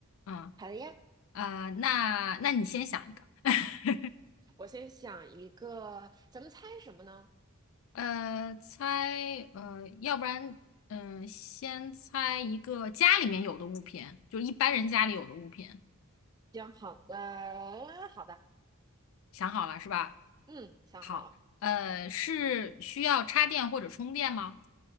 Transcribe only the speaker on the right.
好的呀。
我先想一个，咱们猜什么呢？
行，好的，好的，
嗯，想好了，